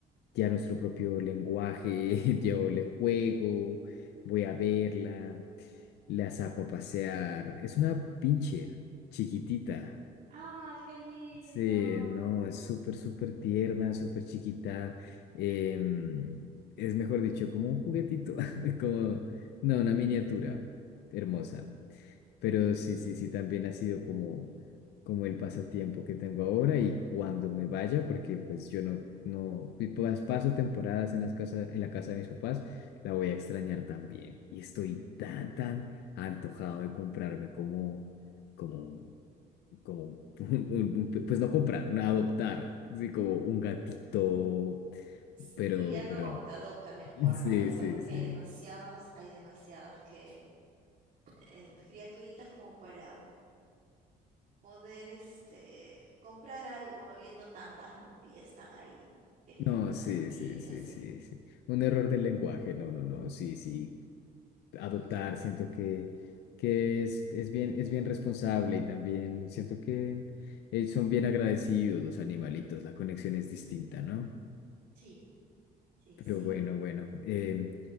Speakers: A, on the left; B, on the right.
A: ya nuestro propio lenguaje, <laughs> yo le juego, voy a verla, la saco a pasear. Es una pincher chiquitita.
B: Ah, qué lindo.
A: Sí, no, es súper, súper tierna, súper chiquita. em, es mejor dicho, como un juguetito, <laughs> como, no, una miniatura hermosa. Pero sí, sí, sí, también ha sido como, como el pasatiempo que tengo ahora y cuando me vaya, porque pues yo no, no, y pas- paso temporadas en las casas, en la casa de mis papás, la voy a extrañar también. Y estoy tan, tan antojado de comprarme como, como un como, <laughs> pues no comprar, una adoptar, sí, como un gatito,
B: Sí,
A: pero,
B: adopta,
A: pero, no.
B: adopta mejor,
A: <laughs> sí,
B: adopta
A: sí,
B: porque
A: sí.
B: hay demasiadas, hay demasiadas que eh, criaturitas como para poder este comprar algo, habiendo tantas, ¿no? Que ya están ahí queriendo
A: No,
B: una
A: sí,
B: familia,
A: sí, sí,
B: sí.
A: sí, sí. Un error del lenguaje, no, no, no, sí, sí.
B: Ujú.
A: Adoptar, siento que, que es, es bien, es bien responsable y también siento que eh, son bien agradecidos los animalitos, la conexión es distinta, ¿no?
B: Sí, Sí,
A: Pero
B: sí.
A: bueno, bueno. Eh,